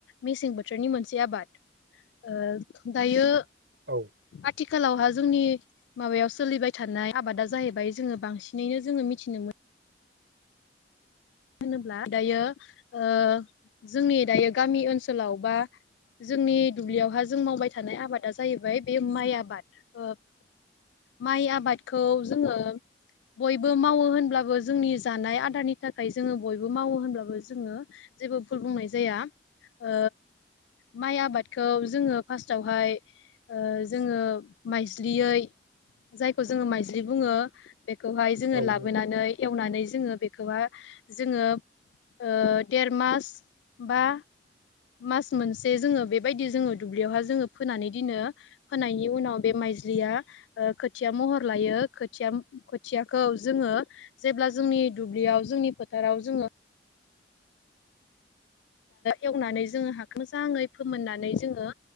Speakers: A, on the left; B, on the right.
A: मेसें बोथोरनि मोनसे आबाद। ओ दायो
B: औ
A: आथिखालावहा जोंनि माबायाव सोलिबाय थानाय आबादा जाहैबाय जोङो बांसिनैनो जोङो मिथिनो मोन होनोब्ला दायो ओ जोंनि दायो गामि ओनसोलाव बा जोंनि दुब्लियावहा जों मावबाय थानाय आबादा जाहैबाय बे माइ आबाद, ओ माइ आबादखौ जोङो बयबो मावो होनब्लाबो जोंनि जानाय आदारनि थाखाय जोङो बयबो मावो होनब्लाबो जोङो जेबो भुल बुंनाय जाया। ओ माइ आबादखौ जोङो फार्स्टावहाय ओ जोङो माइज्लियै जायखौ जोङो माइज्लि बुङो बेखौहाय जोङो
B: औ
A: लाबोनानै
B: नंगौ
A: एवनानै जोङो बेखौहा जोङो ओ देर मास बा मास मोनसे जोङो बेबायदि जोङो दुब्लियावहा जोङो फोनानै दिनो फोनायनि उनाव बे माइ माइज्लिआ ओ खोथिया महर लायौ खोथिया खाथियाखौ जोङो जेब्ला जों नि दुब्लियाव जोंनि फोथाराव जोङो
B: <inaudible>
A: एवनानै जोङो हाखौ मोजाङै फोमोननानै जोङो